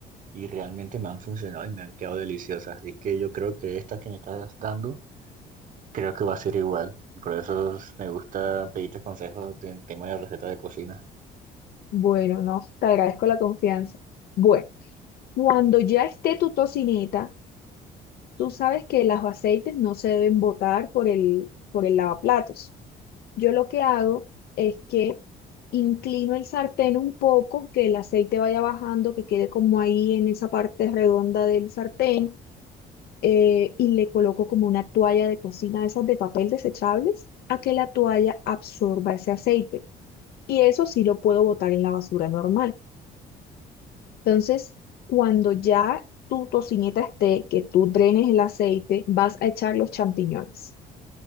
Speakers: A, on the right; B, on the left.
A: y realmente me han funcionado y me han quedado deliciosas. Así que yo creo que esta que me estás dando, creo que va a ser igual. Por eso s- me gusta pedirte consejos en tema de recetas de cocina.
B: Bueno, no, te agradezco la confianza. Bueno, cuando ya esté tu tocineta, tú sabes que los aceites no se deben botar por el, por el lavaplatos. Yo lo que hago es que inclino el sartén un poco, que el aceite vaya bajando, que quede como ahí en esa parte redonda del sartén, eh, y le coloco como una toalla de cocina, de esas de papel desechables, a que la toalla absorba ese aceite. Y eso sí lo puedo botar en la basura normal. Entonces, cuando ya tu tocineta esté, que tú drenes el aceite, vas a echar los champiñones.